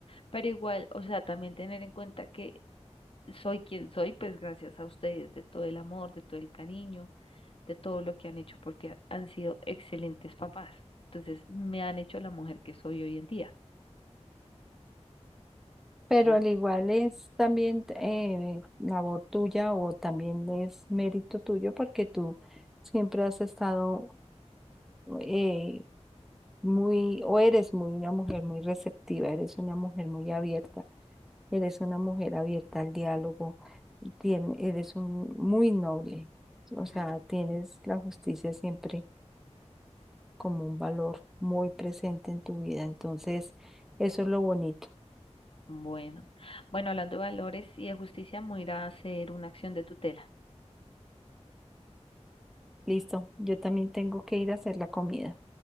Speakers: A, on the left; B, in the centre.
A: pero igual, o sea, también tener en cuenta que soy quien soy, pues gracias a ustedes, de todo el amor, de todo el cariño, de todo lo que han hecho, porque han sido excelentes papás. Entonces, me han hecho la mujer que soy hoy en día.
B: Pero
A: ¿Ven?
B: al igual es también eh, labor tuya o también es mérito tuyo porque tú siempre has estado eh, muy, o eres muy una mujer muy receptiva, eres una mujer muy abierta, eres una mujer abierta al diálogo, tien- eres un muy noble, o
A: Ujú.
B: sea, tienes la justicia siempre como un valor muy presente en tu vida. Entonces, eso es lo bonito.
A: Bueno, bueno, hablando de valores y de justicia, me voy a ir a hacer una acción de tutela.
B: Listo, yo también tengo que ir a hacer la comida.